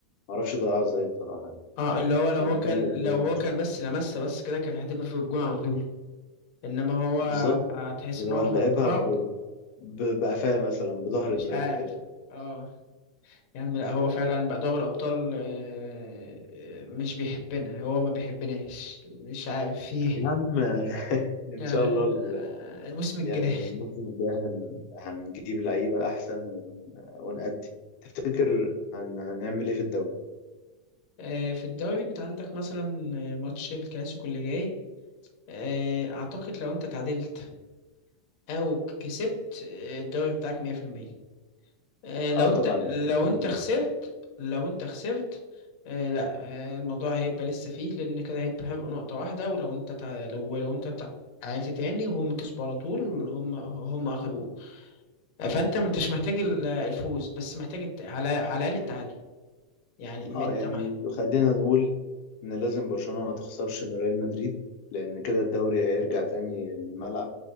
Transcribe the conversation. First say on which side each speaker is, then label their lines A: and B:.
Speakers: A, on the left; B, on the left.
A: معرفش ضيعها ازاي بصراحة يعني.
B: اه اللي هو لو
A: كان
B: هو
A: هيخلص
B: كان
A: زي
B: لو
A: الماتش
B: هو كان بس لمسه بس كده كانت هتبقى في الجون على طول انما هو
A: بالظبط
B: تحس
A: هو
B: ان هو
A: لعبها
B: حطها
A: ب... ب... بقفاه مثلا بظهر
B: مش
A: دماغه
B: عارف
A: كده
B: اه يا عم لا
A: ف
B: هو فعلا بقى دوري الأبطال آه، آه، مش بيحبنا هو ما بيحبناش مش عارف فيه
A: يا عم <laughs> ان
B: يعني
A: شاء الله
B: إحنا-
A: ال...
B: آه، الموسم الجاي
A: يعني الموسم الجاي هن... هنجيب لعيبة احسن ون... ونأدي تفتكر هن... هنعمل ايه في الدوري
B: آه، في الدوري انت عندك مثلا آه، ماتش الكلاسيكو اللي جاي آه، اعتقد لو انت تعادلت او كسبت آه، الدوري بتاعك 100% آه، لو
A: اه طبعا
B: انت لو
A: برشلونة
B: انت
A: مع
B: خسرت
A: السنة.
B: لو انت خسرت آه، لا آه، الموضوع هيبقى لسه فيه لان كده هيبقى هيبقى نقطة واحدة ولو انت تع... لو لو انت تعادلت تاني وهم كسبوا على طول هم هم اخدوه آه، فانت ما انتش محتاج ال- الفوز بس محتاج الت... على على الاقل التعادل يعني ما
A: اه
B: انت
A: يعني
B: مح...
A: خلينا نقول ان لازم برشلونة ما تخسرش من ريال مدريد لان كده الدوري هيرجع تاني للملعب